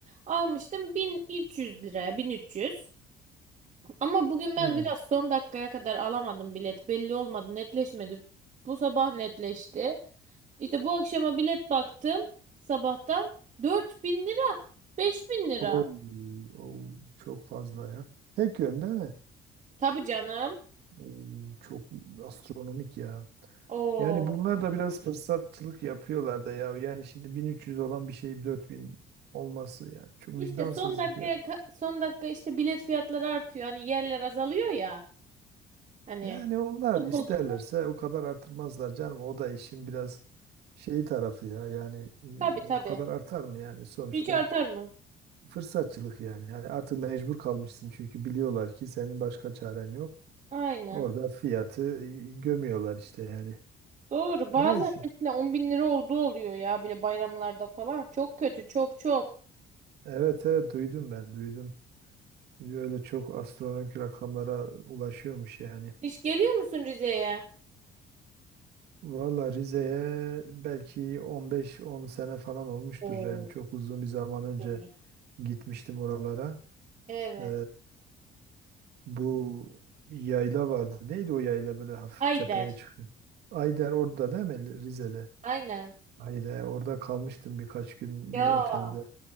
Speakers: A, on the right (about 45°); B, on the right (about 75°).
A: almıştım 1300 liraya 1300. Ama bugün
B: Hmm.
A: ben biraz son dakikaya kadar alamadım bilet. Belli olmadı, netleşmedi. Bu sabah netleşti. İşte bu akşama bilet baktım sabahtan 4000 lira, 5000 lira.
B: Oo, oo, çok fazla ya. Tek yönde mi?
A: Tabii canım.
B: Oo, çok astronomik ya.
A: Oo.
B: Yani bunlar da biraz fırsatçılık yapıyorlar da ya. Yani şimdi 1300 olan bir şey 4000 olması yani. Çok
A: İşte
B: vicdansızlık
A: son dakikaya
B: ya.
A: ka- son dakika işte bilet fiyatları artıyor. Hani yerler azalıyor ya. Hani
B: Yani onlar
A: o
B: isterlerse
A: koltuk
B: o kadar artırmazlar canım. O da işin biraz şeyi tarafı ya. Yani
A: Tabii
B: e,
A: tabii.
B: o kadar artar mı yani sonuçta
A: Hiç artar mı?
B: fırsatçılık yani. Yani artık mecbur kalmışsın çünkü biliyorlar ki senin başka çaren yok.
A: Aynen.
B: Orada fiyatı e, gömüyorlar işte yani.
A: Doğru. Bazen
B: Neyse.
A: mesela on bin lira olduğu oluyor ya böyle bayramlarda falan. Çok kötü. Çok çok.
B: Evet evet duydum ben duydum. Öyle çok astronomik rakamlara ulaşıyormuş yani.
A: Hiç geliyor musun Rize'ye?
B: Valla Rize'ye belki 15-10 sene falan olmuştur
A: Oo.
B: yani çok uzun bir zaman önce
A: evet.
B: gitmiştim oralara.
A: Evet.
B: Ee, bu yayla vardı. Neydi o yayla böyle hafif
A: Ayder.
B: tepeye çıkıyor. Ayder orada değil mi? Rize'de.
A: Aynen.
B: Ayder orada kalmıştım birkaç gün
A: Ya
B: bir otelde.